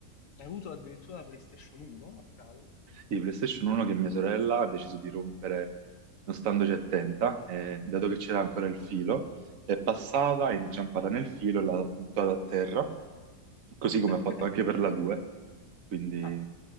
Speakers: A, on the left (about 65°); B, on the right (about 65°).
A: avuto addirittura la PlayStation 1 a caso?
B: Sì, PlayStation 1 che mia sorella ha deciso di rompere non standoci attenta, e dato che c'era ancora il filo, è passata, è inciampata nel filo e l'ha buttata a terra così come
A: <laughs>
B: ha fatto anche per la 2, quindi
A: Ah,